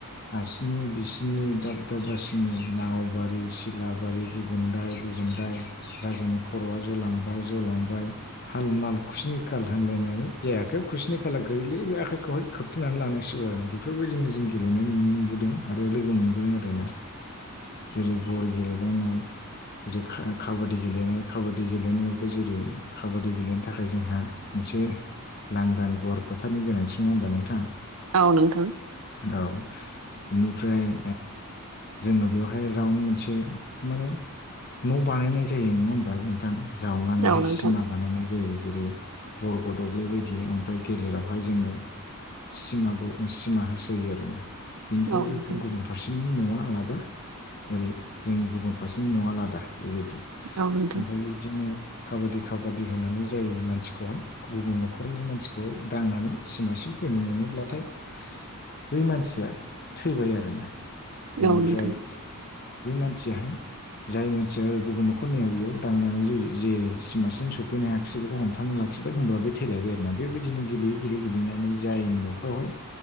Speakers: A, on the left (about 45°); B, on the right (about 70°).
A: आरसिनि बिसिनि दाब दाब बासिनि नावबारि सिलाबारि गुबुनदाय गुबुनदाय राजानि खर'आ जलांबाय जलांबाय हाल माल खुसिनि खााल होनलायनानै जाय आखाइयाव खुसिनि खाला गैले बे आखाइखौहाय खोब खोबथेनानै लानांसिगौ आरोना बेफोरबायदिनो जों गेलेनाय नुने मोनबोदों आरो लोगो मोनबोदों आरो ना जेरै ग'र गेलेलायनाय जेरै काबादि गेलेनाय खाबादि गेलेनायावबो जेरै खाबादि गेलेनो थाखाय जोंहा मोनसे लांदां गुवार फोथारनि गोनांथि नङा होमबा नोंथां
B: औ नोंथां
A: औ बेनिफ्राय जोङो बेवहाय राउन्ड मोनसे माने न' बानायनाय जायो नङा होमबा नोंथां जावनानैहाय
B: औ नोंथां
A: सिमा बानायनाय जायो जेरै बरग' दब्लाय बायदि ओमफ्राय गेजेरावहाय जोङो सिमा सिमा होस'यो आरोना बेनिफ्रायबो
B: औ नोंथां
A: गुबुन फारसेनि न'आ आलादा ओेरै जोंनि गुबुन फारसे नि नङा आलादा बेबायदि
B: औ नोंथां औ नोंथां
A: ओमफ्राय बिदिनो खाबादि खाबादि होनानै जाय मानसिखौहाय गुबुन न'खरनि मानसिखौहाय दांनानै सिमासिम फैनो मोनोब्लाथाय बै मानसिया थैबाय आरोना बिनिफ्राय
B: औ नोंथां
A: बे मानसियाहाय जाय मानसिया गुबुन न'खरनिया बेयाव दांनानै जे जे सिमासिम सौफैनो हायाखै बिसोरखौ हमथाना लाखिबाय होमब्ला बे थैेलायबाय आरोना बेबायदिनो गेलेयै गेलेयै गेलेनानै जायनि न'खरावहाय